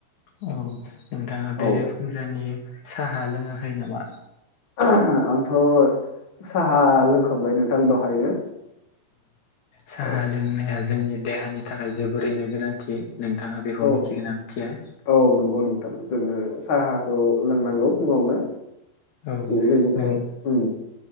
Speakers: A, on the left; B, on the left.
A: औ नोंथाङा
B: औ
A: बेरे फुंजानि साहा लोङाखै नामा?
B: आंथ' साहा लोंखांबाय नोंथां दहायनो।
A: साहा
B: औ
A: लोंनाया जोंनि देहानि थाखाय जोबोरैनो गोनांथि नोंथाङा बेखौ
B: औ
A: मिथिगोन ना मिथिया?
B: औ नंगौ नोंथां जोंङो साहाखौ लोंनांगौ फुङावनो। <unintelligible>
A: औ नों